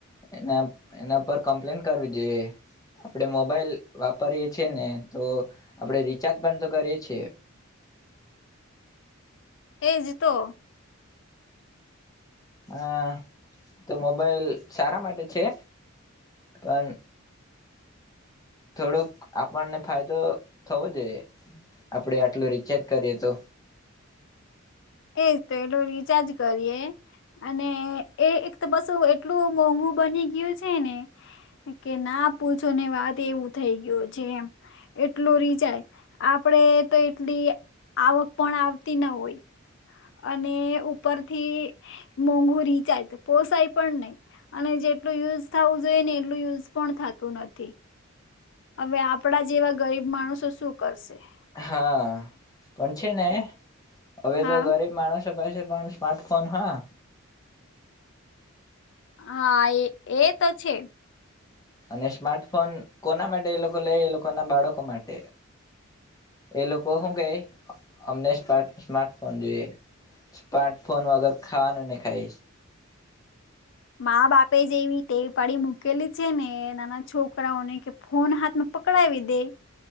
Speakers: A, on the left (about 20°); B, on the left (about 60°).
A: એના એના પર કમ્પ્લેન કરવી જોઈએ આપણે મોબાઈલ વાપરીએ છેએ ને તો આપણેે રિચાર્જ પણ તો કરીએ છે.
B: એ જ તો
A: હા તો મોબાઈલ સારા માટે છે પણ થોડોક આપણને ફાયદો થવો જોઈએ આપડે આટલું રિચાર્જ કરીએ તો
B: એજ તો એટલો રિચાર્જ કરીએ અને એ એક તો પસું એટલું મોંઘું બની ગયું છે ને કે ના પૂછો ને વાત એવું થઈ ગયું છેમ એટલો રિચાર્જ આપડે તો એટલી આવક પણ આવતી ના હોય અને ઉપરથી મોંઘુ રીચાર્જ પોસાય પણ નહી અને જેટલું યુઝ થવું જોઈએ ને એટલું યુઝ પણ થતું નથી. હવે આપડા જેવા ગરીબ માણસો શું કરશે?
A: હા પણ છે ને હવે
B: હા
A: તો ગરીબ માણસ પ <unintelligible> સ્માર્ટફોન હા
B: હા એ એ તો છે.
A: અને સ્માર્ટફોન કોના માટે એ લોકો લે એ લોકો ના બાળકો માટે એ લોકો શું કહે અમને સ્માર્ટફોન જોઈએ સ્માર્ટફોન વગર ખાવાનું નને ખાઈશ.
B: મા બાપે જે એવી ટેવ પાડી મૂકેલી છે ને નાના છોકરાઓને ફોન હાથમાં પકડાવી દે